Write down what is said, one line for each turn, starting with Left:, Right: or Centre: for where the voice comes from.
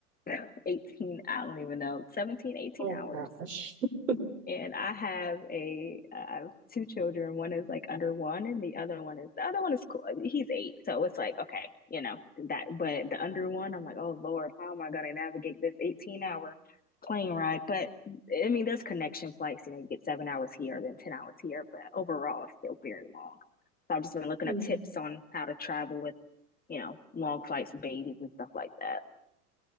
Left: <laughs> 18, I don't even know, 17, 18
Right: Oh
Left: hours.
Right: gosh. <laughs>
Left: And I have a I have two children. One is like under one, and the other one is the other one is cool. He's eight, so it's like okay, you know that. But the under one, I'm like, oh Lord, how am I going to navigate this 18 hour plane ride? But I mean, there's connection flights. You know, you get seven hours here, then 10 hours here, but overall, it's still very long. So I've just been looking
Right: Mm.
Left: up tips on how to travel with you know, long flights with babies and stuff like that.